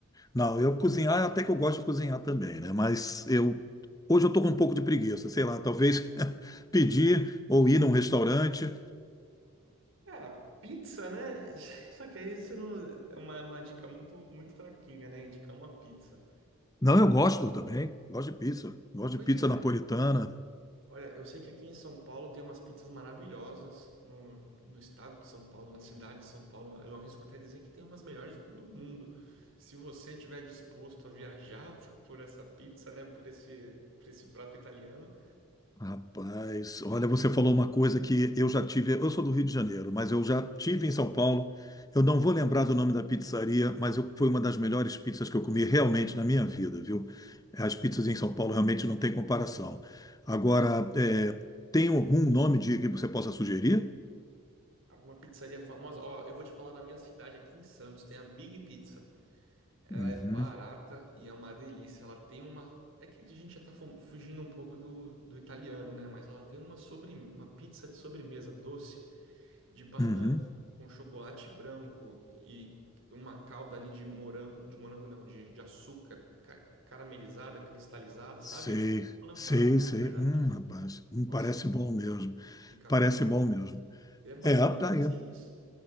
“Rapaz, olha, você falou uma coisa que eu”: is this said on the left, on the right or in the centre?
Left